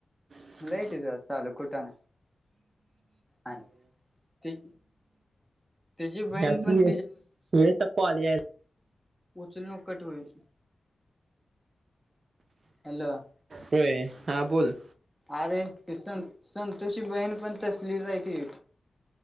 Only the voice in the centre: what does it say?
लय तिचं चालू कुटाणा आणि ति तिची बहीण
पण
उचल न कट होईल हॅलो.
अरे ती संत संतोशी बहीण पण तसलीच आहे ती.